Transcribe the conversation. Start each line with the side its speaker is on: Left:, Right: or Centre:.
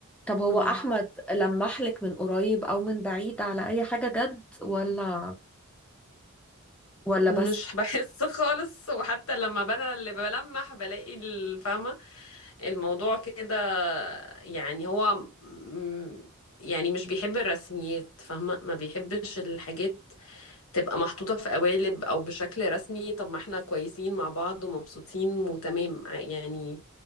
Centre: طب هو
Left: أمم.
Centre: احمد لمح لك من قريب او من بعيد على اي حاجه جد ولا ولا بس
Left: مش بحس <laughs> خالص وحتى لما انا اللي بلمح بلاقي الفاهمة الموضوع كده يعني هو م- يعني مش بيحب الرسميات فاهمة ما بيحبش الحاجات تبقى محطوطة في قوالب او بشكل رسمي طب ما احنا كويسين مع بعض ومبسوطين وتمام ع- يعني